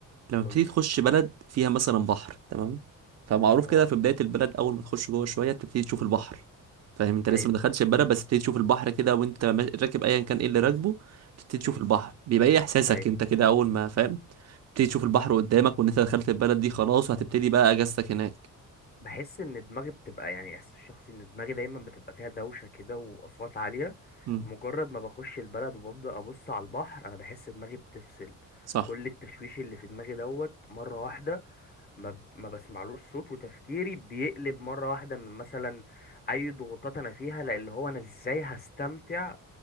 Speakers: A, on the right; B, on the left.
A: لما بتبتدي
B: قول
A: تخش بلد فيها مثلا بحر تمام فمعروف
B: اه
A: كده في بداية البلد اول ما تخش جوه شوية بتبتدي تشوف البحر فاهم انت لسه
B: ايوه
A: ما دخلتش البلد بس بتبتدي تشوف البحر كده وانت ما- راكب ايا كان ايه اللي راكبه بتبتدي تشوف
B: امم
A: البحر بيبقى ايه احساسك
B: أيوه.
A: انت كده اول ما فاهم بتبتدي تشوف البحر قدامك وان انت دخلت البلد دي خلاص وهتبتدي بقى اجازتك هناك
B: بحس ان دماغي بتبقى يعني احساس شخصي ان دماغي دايما بتبقى فيها دوشه كده واصوات عاليه
A: امم
B: مجرد ما بخش البلد وببدا ابص على البحر انا بحس دماغي بتفصل
A: صح
B: كل التشويش اللي في دماغي دوت مره واحده ما ب- ما بسمعلوش صوت وتفكيري بيقلب مره واحده من مثلا اي ضغوطات انا فيها لان هو انا ازاي هستمتع